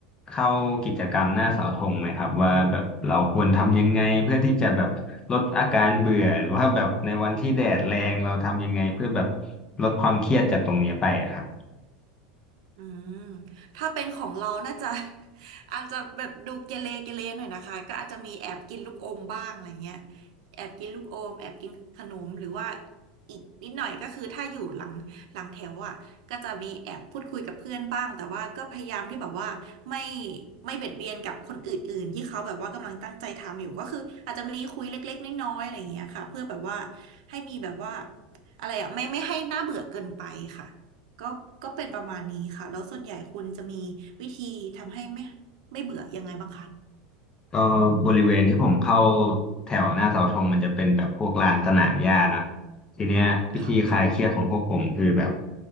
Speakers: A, on the left (about 20°); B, on the right (about 75°).
A: เข้ากิจกรรมหน้าเสาธงไหมครับว่าแบบเราควรทำยังไงเพื่อที่จะแบบลดอาการเบื่อหรือว่าแบบในวันที่แดดแรงเราทำยังไงเพื่อแบบลดความเครียดจากตรงเนี้ยไปอะครับ
B: อืมถ้าเป็นของเราน่าจะ <laughs> อาจจะแบบดูเกเรเกเรหน่อยนะคะก็อาจจะมีแอบกินลูกอมบ้างอะไรเงี้ยแอบกินลูกอม แอบกินขนมหรือว่าอีกนิดหน่อย ก็คือถ้าอยู่หลังหลังแถวอ่ะก็จะมีแอบพูดคุยกับเพื่อนบ้าง แต่ว่าก็พยายามที่แบบว่าไม่ไม่เบียดเบียนกับคนอื่นๆที่เขาแบบว่ากำลังตั้งใจทำอยู่ ก็คืออาจจะมีคุยเล็กๆน้อยๆอะไรเงี้ยค่ะเพื่อแบบว่าให้มีแบบว่าอะไรอ่ะไม่ไม่ให้น่าเบื่อเกินไปค่ะ ก็ก็เป็นประมาณนี้ค่ะแล้วส่วนใหญ่คุณจะมีวิธีทำให้ไม่ไม่เบื่อยังไงบ้างคะ
A: ก็บริเวณที่ผมเข้าแถวหน้าเสาธงมันจะเป็นแบบพวกลานสนามหญ้าเนาะทีเนี้ยวิธีคลายเครียดของพวกผมคือแบบ
B: ค่ะ